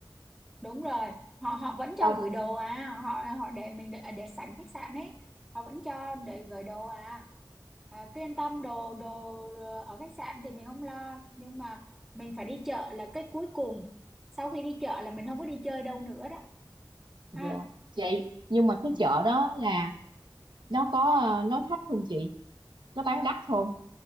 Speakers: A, in the centre; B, on the right.
A: đúng rồi họ họ vẫn cho
B: xong
A: gửi đồ à họ họ để mình để, để sẵn khách sạn ấy họ vẫn cho để gửi đồ à, à cứ yên tâm đồ đồ ở khách sạn thì mình không lo nhưng mà mình phải đi chợ là cái cuối cùng sau khi đi chợ là mình không có đi chơi đâu nữa đó
B: dạ
A: ha
B: chị nhưng mà cái
A: ừ.
B: chợ đó là nó có ờ, nó thấp không chị nó bán đắt không